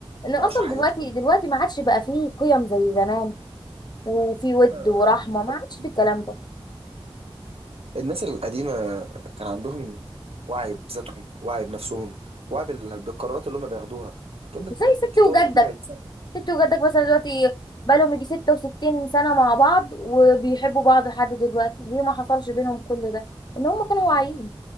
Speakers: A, on the left (about 45°); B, on the right (about 85°).
A: إن أصلا
B: وعاشوا حياتهم
A: دلوقتي دلوقتي ما عادش بقى فيه قيم زي زمان وفي ود
B: لا لا لا،
A: ورحمة
B: عندكم في القريب
A: ما عادش في الكلام ده
B: الناس القديمة كان عندهم وعي بذاتهم وعي بنفسهم وعي بال- بالقرارات اللي هم بياخدوها كلمة
A: زي ست
B: انت
A: وجدك
B: طالق دي بقت سهلة
A: ست وجدك مثلا دلوقتي بقالهم يجي 66 سنة مع بعض وبيحبوا بعض لحد دلوقتي ليه ما حصلش بينهم كل ده إن هم كانوا واعيين